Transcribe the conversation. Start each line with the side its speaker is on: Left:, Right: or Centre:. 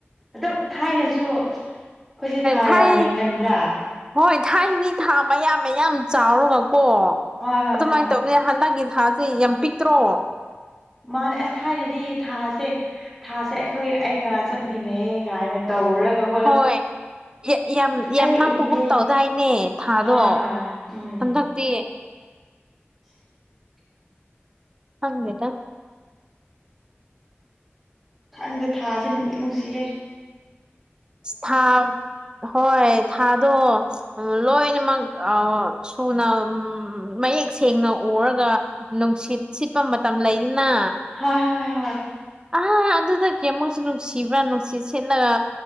Centre: ꯑꯗꯨꯝ ꯊꯥꯏꯅꯁꯨ ꯑꯩꯈꯣꯏꯁꯦ ꯊꯥ
Right: ꯊꯥꯏ
Centre: ꯌꯥꯝ ꯌꯦꯡꯒꯟꯗ꯭ꯔꯥ
Right: ꯍꯣꯏ ꯊꯥꯏ ꯍꯗꯤ ꯊꯥ ꯃꯌꯥꯝ ꯃꯌꯥꯝ ꯆꯥꯎꯔꯒꯀꯣ
Centre: ꯍꯣꯏ ꯍꯣꯏ
Right: ꯑꯗꯨꯃꯥꯏꯅ
Centre: ꯍꯣꯏ
Right: ꯇꯧꯅꯦ ꯍꯟꯗꯛꯀꯤ ꯊꯥꯁꯦ ꯌꯥꯝ ꯄꯤꯛꯇ꯭ꯔꯣ
Centre: ꯃꯥꯅꯦ ꯑꯁ ꯊꯥꯏꯅꯗꯤ ꯊꯥꯁꯦ ꯊꯥꯁꯦ ꯑꯩꯈꯣꯏ ꯑꯩꯒ ꯆꯠꯃꯤꯟꯅꯩꯌꯦ ꯀꯥꯏꯅ ꯇꯧꯔꯒ
Right: ꯍꯣꯏ ꯌꯥꯝ ꯌꯥꯝ
Centre: ꯑꯩ
Right: ꯅꯛꯄꯒꯨꯝ
Centre: ꯏꯜꯂꯤ
Right: ꯇꯧꯗꯥꯏꯅꯦ ꯊꯥꯗꯣ
Centre: ꯍꯣꯏ ꯍꯣꯏ ꯎꯝ
Right: ꯍꯟꯗꯛ ꯄꯦ
Centre: <unintelligible>
Right: ꯍꯪꯅꯤꯗ
Centre: ꯈꯪꯗꯦ ꯊꯥꯁꯦ ꯅꯨꯡꯗꯤꯠ ꯅꯨꯡꯁꯤꯌꯦꯦ
Right: ꯊꯥ ꯍꯣꯏ ꯊꯥꯗꯣ ꯂꯣꯏꯅꯃꯛ ꯁꯨꯅ ꯎ ꯃꯌꯦꯛ ꯁꯦꯡꯅ ꯎꯔꯒ ꯅꯨꯡꯁꯤꯠ ꯁꯤꯠꯄ ꯃꯇꯝ ꯂꯩꯗꯅ
Centre: ꯍꯣꯏ ꯍꯣꯏ ꯍꯣꯏ
Right: ꯑ ꯑꯗꯨꯗ ꯀꯦꯃꯨꯛꯁꯨ ꯅꯨꯡꯁꯤꯕ꯭ꯔꯥ ꯅꯨꯡꯁꯤꯠ ꯁꯤꯦꯠꯂꯒ